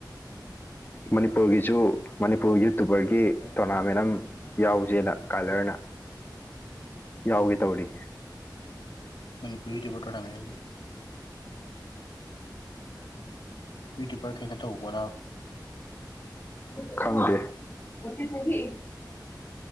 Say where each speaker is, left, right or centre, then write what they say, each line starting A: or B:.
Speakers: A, on the left; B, on the left.
A: ꯃꯅꯤꯄꯨꯔꯒꯤꯁꯨ ꯃꯅꯤꯄꯨꯔ ꯌꯨꯇꯨꯕꯔꯒꯤ ꯇꯣꯔꯅꯥꯃꯦꯟ ꯑꯝ ꯌꯥꯎꯖꯦꯅ ꯀꯂꯔꯅ ꯌꯥꯎꯒꯦ ꯇꯧꯔꯤ
B: ꯃꯅꯤꯄꯨꯔ ꯌꯨꯇꯨꯕꯔ ꯇꯔꯣꯅꯃꯦꯟ ꯍꯥꯏꯗꯤ ꯌꯨꯇꯨꯕꯔ ꯈꯩꯅ ꯇꯧꯕꯔꯥ
A: <unintelligible> ꯈꯪꯗꯦ ꯍꯪꯆꯤꯠꯇꯒꯤ